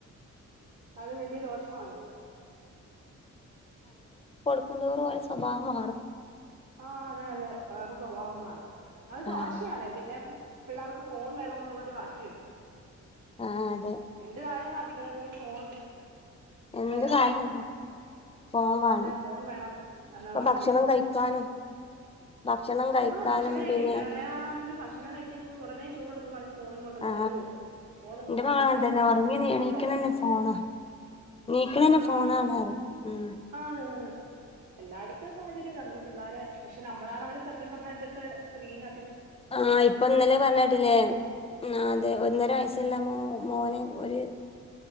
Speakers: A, on the right; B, on the left.
A: അത് വലിയ ദോഷമാണ്
B: ടുക്കുന്തോറും ഓരെ സ്വഭാവ മാ
A: ആഹ് അതെ അതെ വേറെ സ്വഭാവം മാറും അത്
B: ഉം
A: ഭാഷയാണ് പിന്നെ പിള്ളേർക്ക് ഫോൺ വേണം എന്നുള്ളരു വാശി വരും
B: ആ അതെ
A: എന്ത് കാരും ക ക്കണെങ്കിലും ഫോൺ
B: എന്ത്
A: തരാം
B: കാര്യം ഫോൺ വേണം
A: അതെ ഫോൺ വേണം എന്നാ
B: ഇപ്പൊ
A: വാശിപിടിക്ക
B: ഭക്ഷണം കഴിക്കാനും ഭക്ഷണം കഴിക്കാനും
A: ആഹ് ഭക്ഷണം കഴിക്കും
B: പിന്നെ
A: ഇവിടെ ഇളയാളാണെങ്കി ഭക്ഷണം കഴിക്കാൻ ഒടനെചൊ- ചോറുടുക്കമ്പറയും ഫോണ് ഇങ്ങോട്ടൊന്ന്
B: ആ
A: തരുവോ ഫോണൊന്ന്
B: എന്റെ
A: നോക്കട്ടെ
B: മകള് അങ്ങനെ തന്നെ ഉറങ്ങി
A: ഇപ്പ
B: എണീക്കണന്നെ
A: തരാം
B: ഫോണാ എണീക്കണന്നെ
A: ആണാണ്
B: ഫോണാണ് പറയും ഉം
A: ആണ് എല്ലാടത്തെ സാഹച നമ്മള് പിള്ളേരെ പക്ഷെ നമ്മളാണാവരെ സത്യം പറഞ്ഞ ഇതൊക്കെ സ്ക്രീന
B: ആഹ് ഇപ്പൊ ഇന്നലെ പറഞ്ഞേട്ടില്ലെ ആഹ് അതെ ഒന്നര വയസ്സൊള്ള മോ മോന് ഒര്